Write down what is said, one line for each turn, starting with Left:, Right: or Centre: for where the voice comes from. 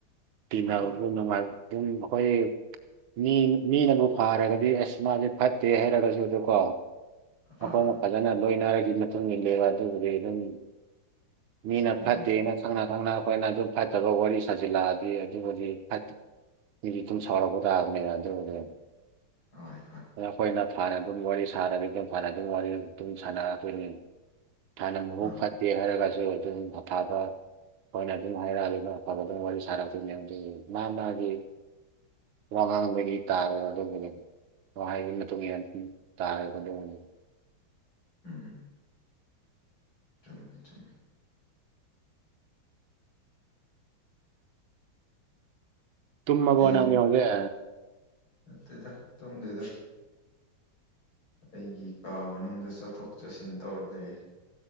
Right: ꯇꯤꯟꯅꯕꯕꯨ
Left: ꯑꯥ
Right: ꯅꯨꯡꯉꯥꯏ ꯑꯗꯨꯝ ꯑꯩꯈꯣꯏ ꯃꯤ ꯃꯤꯅꯕꯨ ꯐꯥꯔꯒꯗꯤ ꯑꯁ ꯃꯥꯖꯦ ꯐꯠꯇꯦ ꯍꯥꯏꯔꯒꯖꯨ ꯑꯗꯨꯀꯣ
Left: ꯑꯥ
Right: ꯑꯈꯣꯏꯅ ꯐꯖꯅ ꯂꯣꯏꯅꯔꯒꯤ ꯃꯇꯨꯡ ꯏꯜꯂꯦꯕ ꯑꯗꯨꯕꯨꯗꯤ ꯑꯗꯨꯝ ꯃꯤꯅ
Left: ꯎꯝ
Right: ꯐꯠꯇꯦꯅ
Left: ꯎꯝ
Right: ꯈꯪꯅ ꯅꯪꯅ ꯑꯩꯈꯣꯏꯅ ꯑꯗꯨꯝ ꯐꯠꯇꯕ ꯋꯥꯔꯤ ꯁꯥꯖꯤꯜꯂꯛꯑꯗꯤ ꯑꯗꯨꯕꯨꯗꯤ ꯐꯠ ꯃꯤꯗꯤ ꯑꯗꯨꯝ ꯁꯥꯎꯔꯛꯄ ꯇꯥꯕꯅꯦꯅ ꯑꯗꯨꯕꯨꯗꯤ ꯑꯗꯣ
Left: ꯍꯣꯏ ꯍꯣꯏ
Right: ꯑꯩꯈꯣꯏꯅ ꯐꯥꯟꯅ ꯑꯗꯨꯝ ꯋꯥꯔꯤ ꯁꯥꯥꯗꯕꯤꯗ ꯐꯅ ꯑꯗꯨꯝ ꯋꯥꯔꯤ ꯑꯗꯨꯝ ꯁꯥꯟꯅꯔꯛꯇꯣꯏꯅꯤ ꯍꯥꯟꯅ ꯃꯕꯨꯛ
Left: ꯑꯥ
Right: ꯐꯠ ꯇꯦ ꯍꯥꯏꯔꯒꯁꯨ ꯑꯗꯨꯝ ꯑꯐꯥꯕ꯫ ꯑꯩꯈꯣꯏꯅ ꯑꯗꯨꯝ ꯍꯥꯏꯔꯛꯑꯒ ꯑꯐꯕꯗꯨꯝ ꯋꯥꯔꯤ ꯁꯥꯔꯛꯇꯣꯏꯅꯦ ꯑꯗꯨꯒꯤ ꯃꯥ ꯃꯥꯒꯤ ꯋꯥꯉꯥꯡꯕꯒꯤ꯫ ꯇꯥꯔꯦ ꯑꯗꯨꯒꯤꯅꯤ ꯋꯥꯍꯩꯒꯤ ꯃꯇꯨꯡ ꯏꯟꯅ ꯇꯥꯔꯦ ꯑꯗꯨꯒꯤꯅꯤ꯫
Left: ꯎꯝ꯫ ꯆꯨꯝꯃꯦ ꯆꯨꯝꯃꯦ꯫
Right: ꯇꯨꯨꯝꯃꯕꯣ
Left: ꯍꯌꯦꯡ
Right: ꯅꯪꯗꯤ ꯍꯧꯖꯤꯛ꯫
Left: ꯅꯠꯇꯦꯗ ꯇꯨꯝꯗꯦꯗ꯫ ꯑꯩꯒꯤ ꯀꯥ ꯃꯅꯨꯡꯗ ꯆꯠꯊꯣꯛ ꯆꯠꯁꯤꯟ ꯇꯧꯔ ꯂꯩ꯫